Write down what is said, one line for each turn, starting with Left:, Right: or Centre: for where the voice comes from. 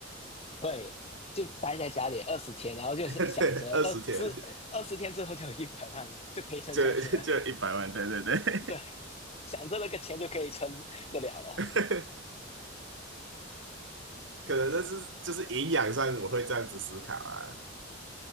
Left: 对，就待在家里二十天，然后就是想着二十二十天之后就有一百万了，
Right: <laughs> 对，二十天
Left: 就可以撑下去了。
Right: 就就一百万，对对对。
Left: 对，想着那个钱就可以撑得了了。
Right: <laughs> 可能那是就是营养上我会这样子思考啊。